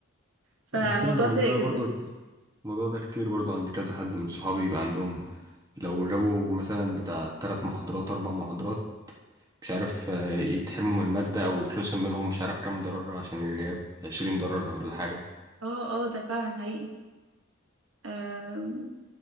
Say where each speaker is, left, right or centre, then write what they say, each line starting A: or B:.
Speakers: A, on the right (about 70°); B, on the right (about 20°).
A: فموضوع
B: أنا فاهم الموضوع
A: سيء
B: ده برضو
A: جدا
B: الموضوع ده كتير برضو عند كذا حد من صحابي يبقى عندهم لو جابوا مثلا بتاع تلات محاضرات أربع محاضرات مش عارف آه، يتحرموا من المادة أو يترسم منهم مش عارف كام ضرر عشان الغياب عشرين ضرر ولا حاجة
A: اه اه ده فعلا حقيقي آم،